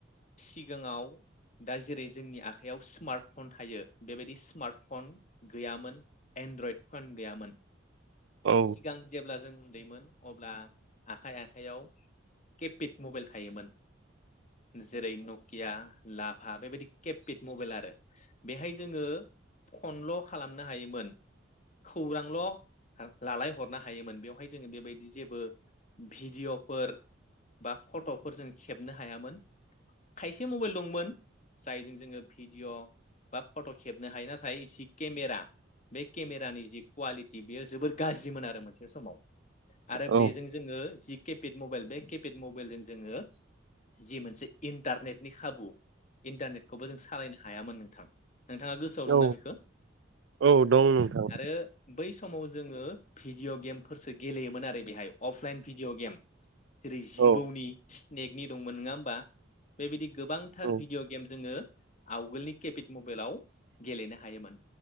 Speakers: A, on the left; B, on the right.
A: सिगाङाव दा जेरै जोंनि आखाइयाव स्मार्ट फन थायो बेबायदि स्मार्ट फन गैयामोन एन्ड्रइड फन गैयामोन
B: औ
A: सिगां जेब्ला जों उन्दैमोन अब्ला आखाइ आखाइयाव केपिड मबाइल थायोमोन। जेरै नकिया लाफा बेबायदि केपपिड मबाइल आरो बेहाय जोङो फनल' खालामनो हायोमोन खौरांल' लालाय हरनो हायोमोन बेवहाय जोङो बेबायदि जेबो भिडिअ'फोर बा फट'फोर जों खेबनो हायामोन खायसे मबाइल दंमोन जायजों जोङो भिडिअ' बा फट' खेबनो हायो नाथाय जि केमेरा बे केमेरानि जि क्वालिटि जि बेयो जोबोर गाज्रिमोन आरो मोनसे समाव आरो
B: औ
A: बेजों जोङो जि केपेड मबाइल बे केपेड मबाइलजों जोङो जि मोनसे इन्टारनेटनि खाबु इन्टारनेटखौबो जों सालायनो हायामोन नोंथां नोंथाङा गोसोआव दंना
B: औ
A: बेखौ
B: औ दं नोंथां
A: आरो बै बै समाव जोङो भिडिअ गेमफोरसो गेलेयोमोन आरो बेहाय अफलाइन भिडिअ गेम जेरै जिबौनि
B: औ
A: स्नेकनि दंमोन नङा होमबा बेबायदि गोबांथार
B: औ
A: भिडिअ' गेम जोङो आवगोलनि केपिड मबाइलाव गेलेनो हायोमोन।